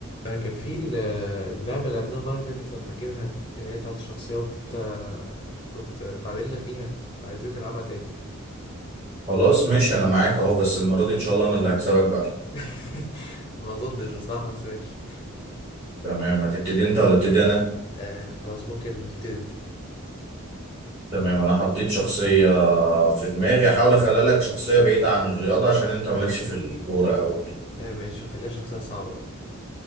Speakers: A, on the left; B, on the right.
A: آه، كان في ال- اللعبة اللي لعبناها المرة اللي فاتت لو فاكرها اللي هي بتاعة الشخصيات انت كنت اتعادلنا فيها فعايزين نلعبها تاني
B: خلاص ماشي انا معاك اهو بس المره دي ان شاء الله انا اللي هكسبك بقى
A: <laughs> ما اظنش بصراحة بس ماشي
B: تمام هتبتدي انت ولا ابتدي انا
A: آه خلاص ممكن تبتدي انت
B: تمام انا حطيت شخصيه في دماغي احاول اخلي لك شخصيه بعيده عن الرياضه عشان انت مالكش في الكوره او
A: آه ماشي وخليها شخصية صعبة بقى